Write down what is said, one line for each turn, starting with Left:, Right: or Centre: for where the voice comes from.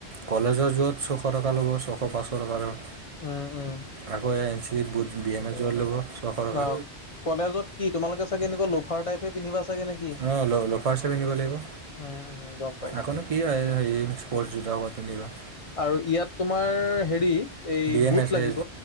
Right: কলেজৰ যোৰত ছশ টকা ল'ব, ছশ পাঁচশ টকা ধৰ।
Left: উম, উম।
Right: আকৌ এ N C boot B M S য'ত ল'ব। ছশ টকা
Left: অ', কলেজত কি তোমালোকে চাগে এনেকুৱা লোফাৰ টাইপে পিন্ধিবা চাগে নে
Right: অ', ল ল'ফাৰছহে পিন্ধিব লাগিব।
Left: উম উম গম পাইছো
Right: আকৌ নো কি হয় হেৰি স্প'ৰ্ট জোতাসোপা পিন্ধিবা।
Left: আৰু ইয়াত তোমাৰ হেৰি এই
Right: B M
Left: boot
Right: S
Left: লাগিব
Right: S,